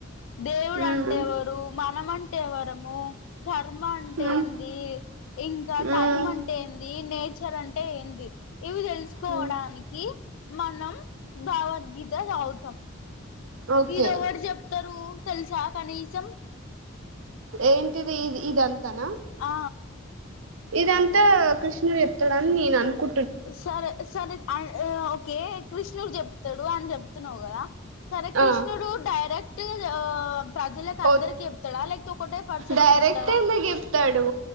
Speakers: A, on the left; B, on the right.
A: దేవుడు
B: మ్మ్
A: అంటేవరు మనం టీ వారమో కర్మ అంటే
B: మ్మ్
A: ఏంది. ఇంకా
B: మ్మ్
A: టైం అంటే ఏంది నే చర్ ఇచ్చారంటే ఏంది. ఇవి తెలుసుకోవడానికి
B: మ్మ్
A: మనం భగవద్గీత చదువుతాం.
B: ఓకే
A: ఇది ఎవరు చెప్తారు. తెలుసా కనీసం
B: ఏంటిది ఇ ఇద అంతానా
A: ఆ
B: ఇదంతా కృష్ణుడు చెప్తాడని నీన్ అనుకు
A: సరే సరే ఆ ఓకే కృష్ణుడు చెప్తాడు అని చెప్తున్నావు కదా సరే కృష్ణుడు
B: ఆ
A: డైరెక్ట్ ఆ ప్రజలలకు
B: ఓ
A: అందరికి చెప్తాడా లేపోతే ఒకటే పర్సంట్కి
B: డైరెక్ట్
A: చెప్తాడా
B: ఎందుకు చెప్తాడు